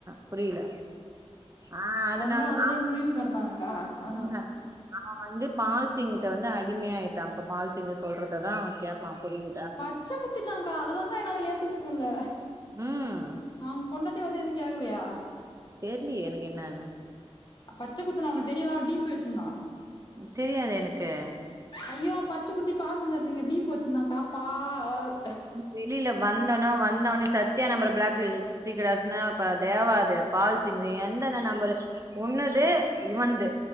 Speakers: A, on the right; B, on the left.
A: புரியல ஆ அதனாலே
B: அவங்கதா அதுலயே முழுவி கடந்தாங்கக்கா அதனால
A: சொன்ன அவன் வந்து பால்சிங்ட்ட வந்து அடிமையாயிட்டான் இப்ப பால்சிங் சொல்றததா அவன் கேப்பான் புரியு
B: பச்ச குத்திட்டாங்க்கா அதுதாக்கா என்னாலே ஏத்துக்க முடியல
A: ம்
B: அவுங்க பொண்டாட் இன்னு வந்து எதுவு கேக்கலையா
A: தெர்லயே எனக்கு என்னான்னு
B: பச்சக் குத்தினா அவன தெரில டீ பி வச்சிந்தான்
A: தெரியாதே எனக்கு
B: ஐயோ பச்ச குத்தி பால் சிங் இங்க டீ பி வச்சிருந்தாம்ப்பா பால்
A: வெளில வந்தோன்னா வந்த உட்னே சத்தியா நம்பள பிளாக்கு த்தி கிடாசுன்னா தேவாது பால்சிங் து எந்தந்த நம்பரு உன்னுது இவன்ந்து